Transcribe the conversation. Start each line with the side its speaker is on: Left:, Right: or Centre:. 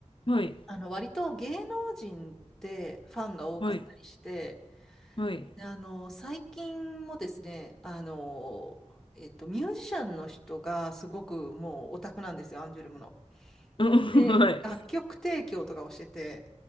Left: はい。
Centre: あの、割と芸能人ってファンが多かったりして、
Left: はい。はい。
Centre: であの、最近もですね、あの、えっと、ミュージシャンの人がすごくもうオタクなんですよ、アンジュルムの。
Left: うん
Centre: で、
Left: <laughs> はい。
Centre: 楽曲提供とかをしてて、